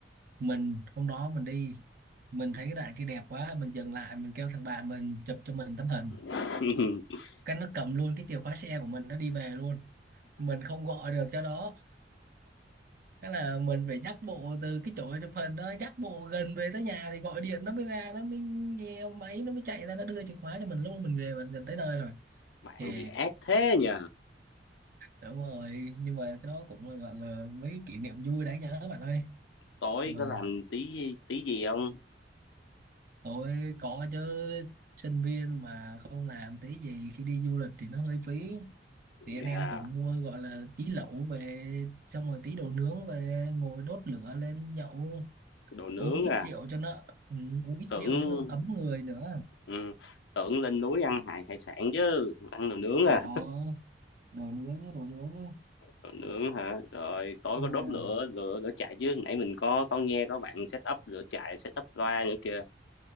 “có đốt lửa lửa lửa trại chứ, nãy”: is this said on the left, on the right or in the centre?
Left